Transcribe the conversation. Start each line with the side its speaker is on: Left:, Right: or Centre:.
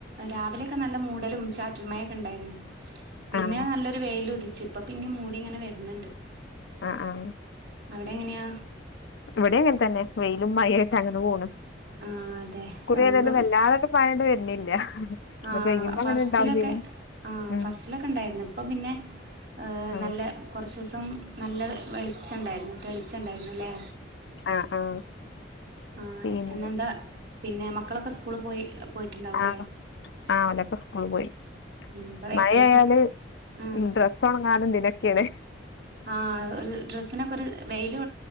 Right: രാവിലെയൊക്കെ നല്ല മൂടലും ചാറ്റല് മഴൊക്കെണ്ടായിര്ന്ന് പിന്നെ
Left: ആഹ്
Right: നല്ലൊരു വെയില് ഉതിച്ച് ഇപ്പ പിന്നിം മൂടിങ്ങനെ വര്ന്ന്ണ്ട്
Left: ആഹ് ആഹ്
Right: അവിടെങ്ങന്യാ
Left: ഇവിടെ അങ്ങനെ തന്നെ വെയിലും മയായിട്ട് അങ്ങനെ പോണ്
Right: ആഹ് അതെ
Left: ഇക്കുറി
Right: നമുക്ക്
Left: ഏതാലും വല്ലാതാ മഴാണ്ട് വര്ന്ല്ല ഇന്നാ
Right: ആഹ്
Left: പെയ്യുമ്പം
Right: ഫസ്റ്റിലൊക്കെ
Left: അങ്ങനെ ഇണ്ടാവും ചെയ്യും
Right: ആഹ്
Left: ഉം
Right: ഫസ്റ്റിലൊക്കെ ഇണ്ടായിരുന്നു ഇപ്പം പിന്നെ ഏ
Left: ആഹ്
Right: നല്ല കൊറച്ചൂസം നല്ല വെളിച്ചണ്ടായിരുന്നു തെളിച്ചണ്ടായിന്നുലേ
Left: ആഹ് ആഹ്
Right: ആഹ്
Left: പിന്നെ
Right: ഇന്നെന്താ പിന്നെ മക്കളൊക്കെ സ്കൂള് പോയി പോയിട്ടുണ്ടാവു
Left: ആഹ്
Right: ലേ
Left: ആഹ് ഓലൊക്കെ സ്കൂള് പോയി
Right: ഇപ്പൊ വെക്കേഷന്
Left: മഴയായാല്
Right: ആഹ്
Left: ഡ്രസ് സ്സോണങ്ങനും ഇതിനൊക്ക്യാണെ
Right: ആഹ് ഒരു ഡ്രസ്സിനെക്കൊര് വെയില്